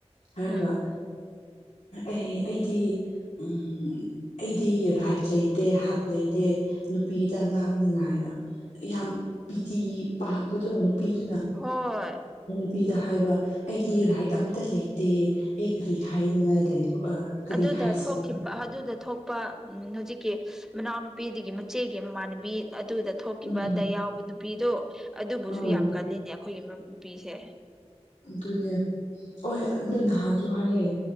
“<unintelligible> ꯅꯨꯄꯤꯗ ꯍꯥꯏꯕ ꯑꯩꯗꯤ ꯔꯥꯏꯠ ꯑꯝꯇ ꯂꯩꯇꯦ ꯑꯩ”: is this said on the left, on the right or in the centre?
Left